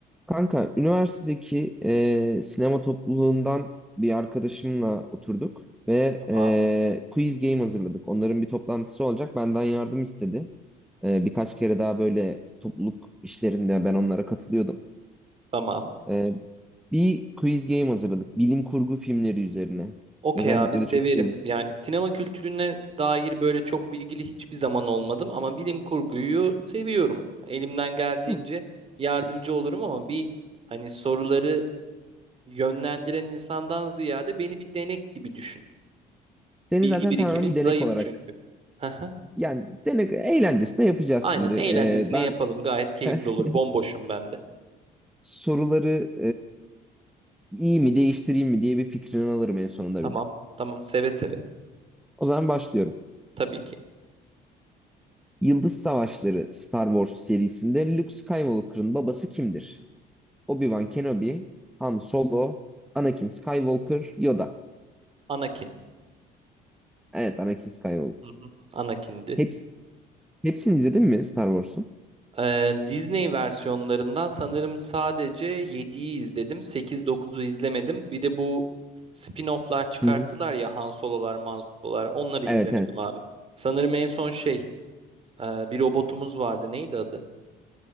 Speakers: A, in the centre; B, on the right.
A: Kanka, üniversitedeki e, sinema topluluğundan bir arkadaşımla oturduk ve
B: Tamam.
A: e, quiz game hazırladık. Onların bir toplantısı olacak. Benden yardım istedi. E, birkaç kere daha böyle topluluk işlerinde ben onlara katılıyordum.
B: Tamam.
A: E, bir quiz game hazırladık. Bilim kurgu filmleri üzerine.
B: Okey
A: Özellikle
B: abi severim.
A: de çok sevdiğim
B: Yani
A: için.
B: sinema kültürüne dair böyle çok bilgili hiçbir zaman olmadım ama bilim kurguyu seviyorum. Elimden geldiğince
A: Tamam.
B: yardımcı olurum ama bir hani soruları yönlendiren insandan ziyade beni bir denek gibi düşün.
A: Seni
B: Bilgi
A: zaten
B: birikimim
A: tamamen bir
B: zayıf
A: denek olarak.
B: çünkü. Haha.
A: Yani denek eğlencesine yapacağız
B: Aynen
A: şimdi.
B: eğlencesine
A: E, ben
B: yapalım. Gayet
A: <laughs>
B: keyifli olur. Bomboşum ben de.
A: soruları iyi mi değiştireyim mi diye bir fikrini alırım en sonunda
B: Tamam.
A: bir de.
B: Tamam seve seve.
A: O zaman başlıyorum.
B: Tabii ki.
A: Yıldız Savaşları Star Wars serisinde Luke Skywalker'ın babası kimdir? Obi-Wan Kenobi, Han Solo, Anakin Skywalker, Yoda.
B: Anakin.
A: Evet, Anakin Skywalker.
B: Hı hı. Anakin'di.
A: Hepsi, hepsini izledin mi Star Wars'un?
B: Ee, Disney versiyonlarından sanırım sadece yediyi izledim. sekiz, dokuzu izlemedim. Bir de bu spin-off'lar çıkarttılar
A: Hı hı.
B: ya Han Solo'lar, Man Solo'lar. Onları izlemedim
A: Evet, evet.
B: abi. Sanırım en son şey e, bir robotumuz vardı. Neydi adı?